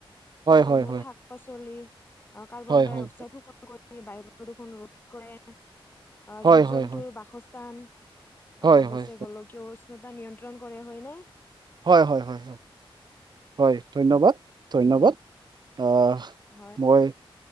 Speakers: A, on the left (about 20°); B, on the right (about 50°).
A: ফল
B: হয়
A: মূল
B: হয় হয়
A: শাক-পাচলি চলি কাৰ্বন
B: হয়
A: ডাই
B: হয়
A: অক্সাইড শোষণ কৰি বায়ু প্ৰদূষণ ৰো কৰে। আহ
B: হয়
A: জীৱ
B: হয়
A: জন্তুৰ
B: হয় হয়
A: বাসস্থান
B: হয়
A: অ' গছে
B: হয় হয় হয়
A: গোলকীয় উষ্ণতা নিয়ন্ত্ৰণ কৰে হয় নে।
B: হয় হয় হয় হয়, হয় ধন্যবাদ ধন্যবাদ। অ'
A: হয়।
B: মই